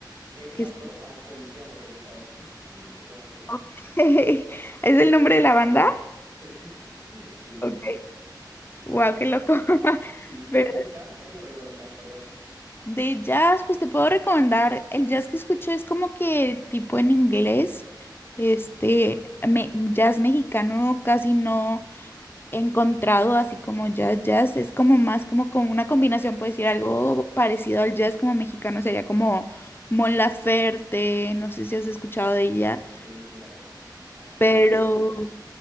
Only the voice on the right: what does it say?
Él
mató
a un policía motorizado. <laughs> Se llama así la banda.
Sí, <laughs> sí, sí.
sí.
¿Y,
y vos de Jazz, qué me recomendás? Perdón.
Sí, sí, la conozco. Ah, es
un muy mal artista.